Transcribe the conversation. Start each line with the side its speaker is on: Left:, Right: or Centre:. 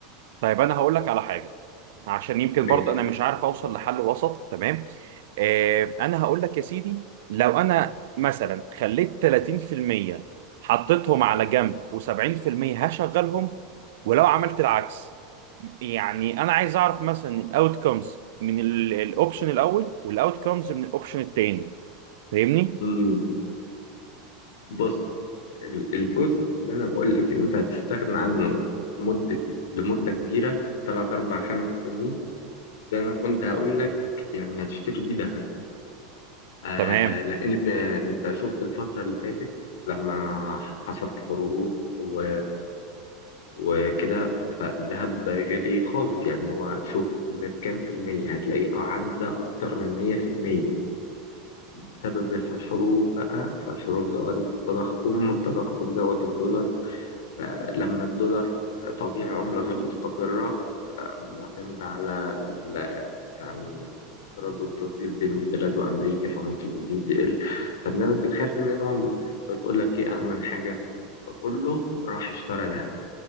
Right: طيب انا هقول لك على حاجه عشان يمكن
Left: ماشي
Right: برضه انا مش عارف اوصل لحل وسط تمام آه انا هقول لك يا سيدي لو انا مثلا خليت 30% حطيتهم على جنب و70% هشغلهم ولو عملت العكس يعني انا عايز اعرف مثلا الاوت كومز من الاوبشن الاول والاوت كومز من الاوبشن التاني فاهمني
Left: مم. بص ال- الجزء اللي انا بقول لك ان انت هتستغنى عنه مده لمده كبيره ثلاث اربع خمس سنين ده انا كنت هقول لك يعني هتشتري بيه ذهب آه
Right: تمام
Left: لان انت شفت الفتره اللي فاتت لما حصل حروب و... وكده فالذهب غالي خالص يعني هو شوف زاد كام في المية هتلاقيه عدى أكتر من مية في المية بسبب الحروب بقى فالحروب زودت التضخم والتضخم زود الدولار لما الدولار طبيعي عملة غير مستقرة آه، معتمدة على ال- يعني الاستيراد والتصدير بين البلاد وأمريكا فممكن يزيد يقل فالناس بتخاف من العملة بتقول لك إيه أأمن حاجة فكله راح اشترى ذهب